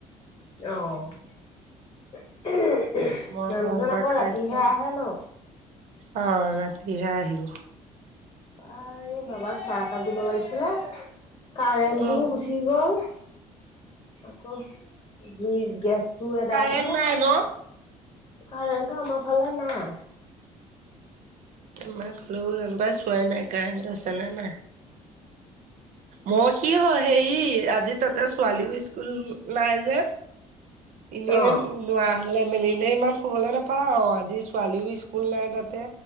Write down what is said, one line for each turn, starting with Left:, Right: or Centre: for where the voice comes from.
Left: অ'। মানুহজন
Right: মৰ্টন এটা
Left: আকৌ
Right: খাই
Left: ৰাতিহে
Right: খাই
Left: আহে ন?
Right: অ ৰাতিহে আহিব।
Left: প্ৰায় বাবাক চাহ একাপ দিব লাগিছিলে। কাৰেণ্টটো
Right: অ'
Left: গুচি গ'ল। আকৌ জুই গেছটো এদাই
Right: কাৰেণ্ট
Left: হ'ল
Right: নাই ন?
Left: কাৰেন্টটো‌ আমাৰফালে নাই।
Right: আমাৰ ফালেও জেনবা চোৱাই নাই কাৰেণ্ট আছে নে নাই? মই কি হয় হেৰি আজি তাতে ছোৱালীও স্কুল নাই যে। এনে
Left: অ
Right: নোৱা‌ মেলিলে ইমান শুবলৈ নাপাওঁ অ আজি ছোৱালীও স্কুল নাই তাতে।